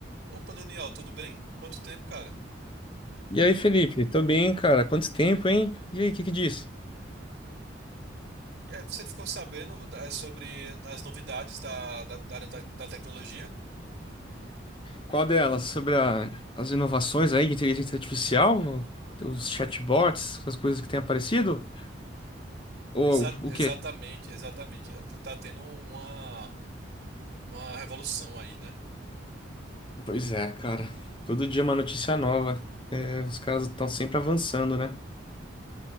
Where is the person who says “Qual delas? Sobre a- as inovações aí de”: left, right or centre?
Left